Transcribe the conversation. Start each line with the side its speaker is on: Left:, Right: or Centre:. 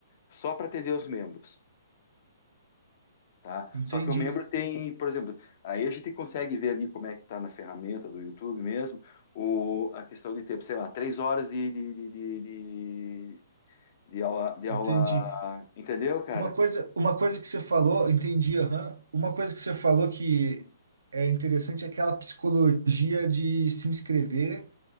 Left: só para atender os membros. tá?
Right: Entendi,
Left: Só que o membro tem, por exemplo, aí a gente consegue ver ali como é que está na ferramenta do YouTube mesmo, o, a questão de tempo, sei lá, três horas de, de, de, de, de- de aula, de aula,
Right: entendi.
Left: entendeu, cara?
Right: Uma coisa, uma coisa que você falou, entendi, aham. Uma coisa que você falou que é interessante é aquela psicologia de se inscrever,